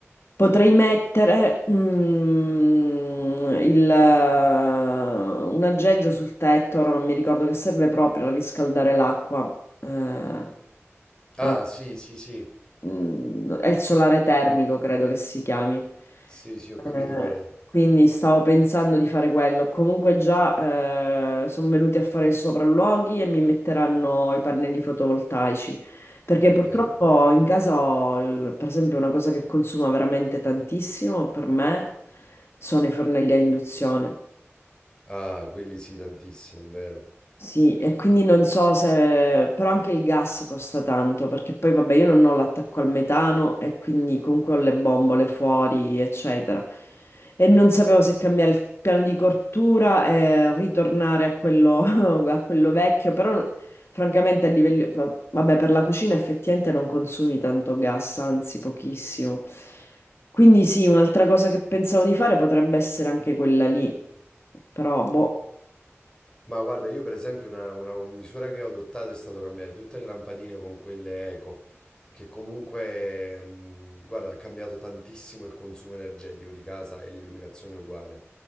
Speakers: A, on the left; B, on the left.
A: Potrei mettere mm, il, eh, un aggeggio sul tetto, ora non mi ricordo che serve proprio a riscaldare l'acqua. Eh,
B: Ah,
A: ora
B: sì, sì, sì.
A: mm, è il solare termico, credo che si chiami.
B: Sì, sì, ho
A: Eh,
B: capito qual è.
A: quindi stavo pensando di fare quello. Comunque già sono venuti a fare i sopralluoghi e mi metteranno i pannelli fotovoltaici. Perché
B: Ok.
A: purtroppo in casa ho, il- per esempio, una cosa che consuma veramente tantissimo per me sono i fornelli a induzione.
B: Ah, quelli sì, tantissimo, è vero.
A: Sì, e quindi non so se... però anche il gas costa tanto, perché poi vabbè io non ho l'attacco al metano e quindi comunque ho le bombole fuori, eccetera. E non sapevo se cambiare il piano di cottura e ritornare a quello, <laughs> a quello vecchio, però francamente a livello... vabbè per la cucina effettivamente non consumi tanto gas, anzi pochissimo. Quindi sì, un'altra cosa che pensavo di fare potrebbe essere anche quella lì, però boh.
B: Ma guarda, io per esempio una, una misura che ho adottato è stato cambiare tutte le lampadine con quelle eco, che comunque, mm, guarda, ha cambiato tantissimo il consumo energetico di casa e l'illuminazione uguale.